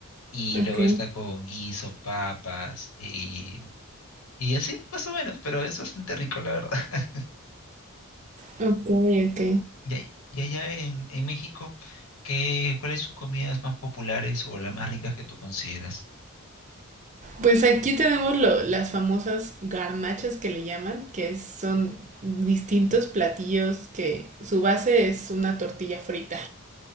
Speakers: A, on the left (about 75°); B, on the right (about 35°).
A: y
B: Ok,
A: luego está con guiso, papas, y, y así, más o menos, pero es bastante rico, la verdad. <laughs>
B: ok, ok.
A: Y, ahí- y allá en, en México, ¿qué, cuáles son comidas más populares o las más ricas que tú consideras?
B: Pues aquí tenemos lo- las famosas garnachas que le llaman, que es- son distintos platillos que su base es una tortilla frita.